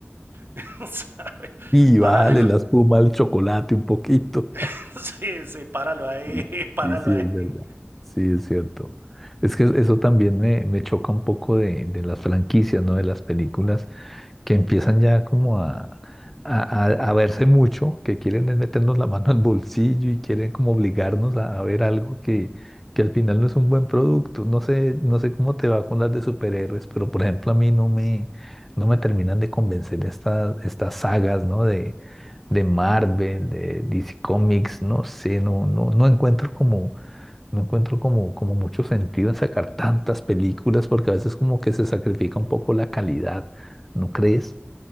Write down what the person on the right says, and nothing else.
¿sabes?
Páralo,
<laughs> sí, sí, páralo ahí,
<laughs> páralo
ahí.